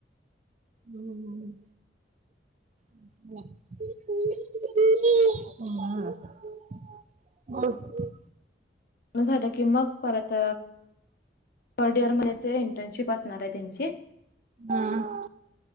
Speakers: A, on the right; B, on the left.
A: हम्म <unintelligible> हो.
B: मग झालं की मग परत थर्ड इयर मध्ये इंटर्नशिप असणार आहे त्यांची.
A: हां हां